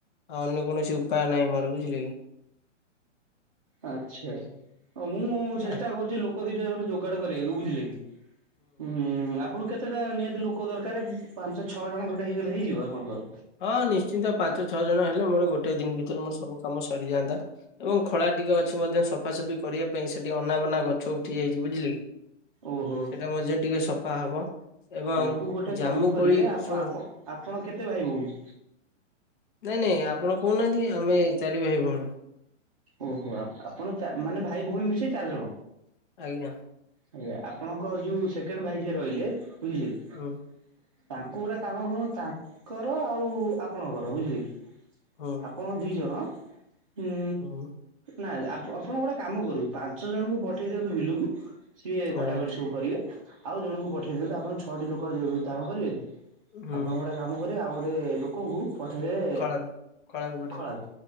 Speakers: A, on the left; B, on the right.
A: ଆଉ ଅନ୍ୟ କୌଣସି ଉପାୟ ନାହିଁ ମୋର, ବୁଝିଲେ କି?
B: ଆଚ୍ଛା। ଆଉ ମୁଁ ଚେଷ୍ଟା
A: ଆଜ୍ଞା
B: କରୁଛି ଲୋକ ଦିଟା ଖଣ୍ଡେ ଯୋଗାଡ କରିବାକୁ, ବୁଝିଲେ କି? ହୁଁ, ଆପ୍ ଆପଣଙ୍କୁ କେତେଟା ନିହାତି ଲୋକ ଦରକାର, ପାଞ୍ଚ ଛଅ ଜଣ ଖଣ୍ଡେ ହେଇଗଲେ ହେଇଯିବ ଆପଣଙ୍କର?
A: ହଁ, ନିଶ୍ଚିନ୍ତ। ପାଞ୍ଚ ଛଅ ଜଣ ହେଲେ ମୋର ଗୋଟାଇ ଦିନ ଭିତରେ ମୋର ସବୁ କାମ ସରିଯାଆନ୍ତା। ଏବଂ ଖଳା ଟିକେ ଅଛି ମଧ୍ୟ ସଫାସଫି କରିବା ପାଇଁ, ସେଠି ଅନାବନା ଗଛ ଉଠି ଯାଇଛି, ବୁଝିଲେ କି?
B: ଓହୋ
A: ସେଇଟା ମଧ୍ୟ ଟିକେ ସଫା ହବ। ଏବଂ
B: ତାଙ୍କୁ ଗୋଟେ
A: ଜାମୁ
B: କାମ କରିବେ,
A: କୋଳି
B: ଆପ-ଆପ-ଆପଣ
A: ଶୁଣନ୍ତୁ
B: କେତେ ଭାଇ ଭଉଣୀ?
A: ନାଇଁ ନାଇଁ, ଆପଣ କହୁନାହାଁନ୍ତି, ଆମେ ଚାରି ଭାଇ ଭଉଣୀ।
B: ଓହୋ। ଆପ-ଆପଣ ଚାର ମାନେ ଭାଇ ଭଉଣୀ ମିଶେଇ ଚାରିଜଣ?
A: ଆଜ୍ଞା।
B: ଆଜ୍ଞା। ଆପଣଙ୍କ ଯୋଉ ସେକେଣ୍ଡ ଭାଇ ଯିଏ ରହିଲେ, ବୁଝିଲେ କି?
A: ହୁଁ
B: ତାଙ୍କୁ ଗୋଟେ କାମ କରନ୍ତୁ, ତାଙ୍କର ଆଉ ଆପଣଙ୍କର ବୁଝିଲେ କି
A: ହୁଁ
B: ଆପଣ ଦିଜଣ ଉମ୍
A: ହୁଁ
B: ନାଇରେ ଆପ-ଆପଣ ଗୋଟେ କାମ କରିବେ, ପାଞ୍ଚ ଜଣଙ୍କୁ ପଠେଇ ଦିଅନ୍ତୁ ବିଲକୁ ସିଏ କଟାକଟି
A: ଆଜ୍ଞା।
B: ସବୁ କରିବେ, ଆଉ ଜଣଙ୍କୁ ପଠେଇ ଦିଅନ୍ତୁ ଆପଣ ଛଅଟି ଲୋକ ଧା-ଧାରଣ କରିବେ ଟି?
A: ହୁଁ
B: ଆପଣ ଗୋଟାଏ କାମ କରିବେ ଆଉ ଗୋଟିଏ ଲୋକଙ୍କୁ ପଠେଇଦେବେ
A: ଖଳାକୁ ଗୋଟେ
B: ଖଳାକୁ।
A: ଦେ